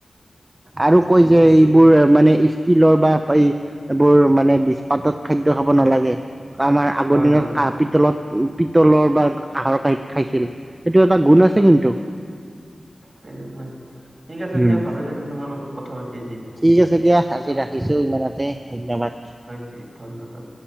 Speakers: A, on the right; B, on the right.
A: আৰু কয় যে এইবোৰ মানে ইচ তিলৰ বা এই এইবোৰ মানে দিচপাতত খাদ্য খাব নালাগে। কা আমাৰ আগৰ
B: হয়
A: দিনত
B: হয়
A: কাহ - পিতলত পিতলৰ বা কাঁহৰ কাঁহীত খাইছিল। এইটো এটা গুণ আছে কিন্তু।
B: তেনেকুৱাই, ঠিক আছে
A: উম
B: দিয়া ভালে লাগিল তোমাৰ লগত কথা পাতি আজি।
A: ঠিক আছে দিয়া
B: পিছত
A: আজি ৰাখিছোঁ ইমানতে ধন্যবাদ।
B: এ ধন্যবাদ।